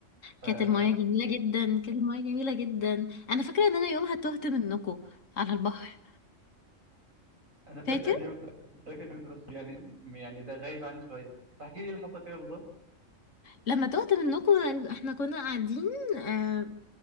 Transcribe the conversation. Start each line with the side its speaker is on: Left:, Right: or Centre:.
Right: فانا
Left: كانت المايه جميله جدا كانت المايه جميله جدا انا فاكره ان انا يومها تهت منكم على البحر
Right: <laughs>
Left: فاكر
Right: فاكر اليوم ده فاكر اليوم ده بس يعني يعني ده غايب عني شويه فاحكي لي ايه اللي حصل كده بالظبط
Left: لما تهت منكم احنا كنا قاعدين آه